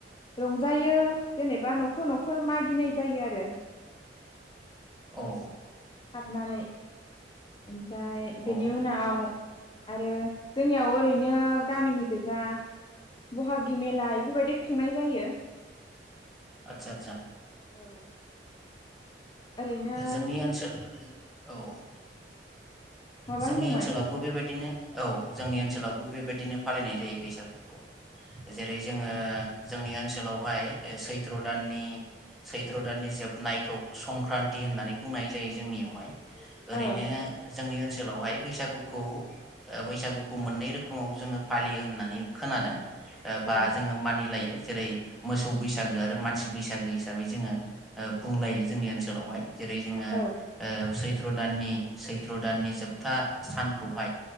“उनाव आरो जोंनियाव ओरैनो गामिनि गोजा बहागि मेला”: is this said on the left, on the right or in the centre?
Left